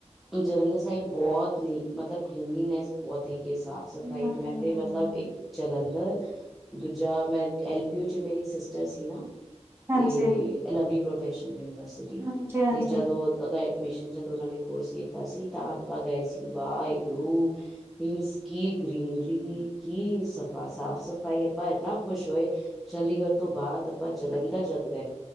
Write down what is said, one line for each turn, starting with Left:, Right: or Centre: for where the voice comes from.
Centre: ਜਲੰਧਰ ਸਾਈਡ ਬਹੁਤ ਨੀਟ ਮਤਲਬ ਕਲੀਨਲੀਨੈਸ ਬਹੁਤ ਕੀ ਹੈ ਸਾਫ਼ ਸਫ਼ਾਈ,
Right: ਹੂੰ
Centre: ਮੈਂ ਤੇ ਮਤਲਬ ਇੱਕ ਜਲੰਧਰ ਦੂਜਾ ਮੈਂ ਐਲਪੀੂ ਚ ਮੇਰੀ ਸਿਸਟਰ ਸੀ ਨਾ,
Right: ਹਾਂਜੀ,
Centre: ਤੇ ਅਲਵ ਪ੍ਰੋਫੈਲ ਯੂਨੀਵਰਸਿਟੀ
Right: ਹਾਂਜੀ, ਹਾਂਜੀ।
Centre: ਤੇ ਜਦੋਂਓਦਾ ਐਡਮਿਸ਼ਨ ਜਦੋਂ ਉਹ ਨੇ ਕੋਰਸ ਕੀਤਾ ਸੀ ਤਾਂ ਆਪਾਂ ਗਏ ਸੀ ਵਾਹਿਗੁਰੂ ਗਰੂ ਮੀਨਸ ਕੀ ਗ੍ਰੀਨਰੀ ਕੀ ਸਫ਼ਾ- ਸਾਫ਼- ਸਫ਼ਾਈ ਆਪਾਂ ਇੰਨਾ ਖੁਸ਼ ਹੋਏ, ਚੰਡੀਗੜ੍ਹ ਤੋਂ ਬਾਅਦ ਆਪਾਂ ਜਲੰਧਰ ਜਦ ਗਏ